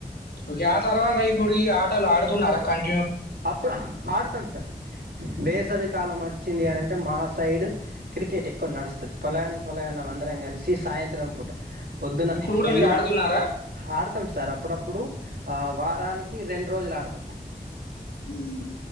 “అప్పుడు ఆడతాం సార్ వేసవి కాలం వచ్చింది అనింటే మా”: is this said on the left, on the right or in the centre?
Right